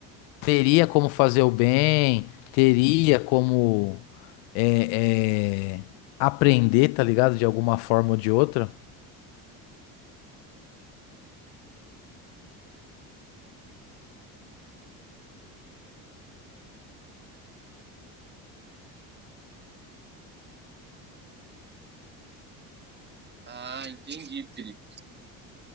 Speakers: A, on the left; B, on the right.
A: teria como fazer o bem? Teria como é, é, aprender, tá ligado? De alguma forma ou de outra?
B: Ah, entendi, Felipe.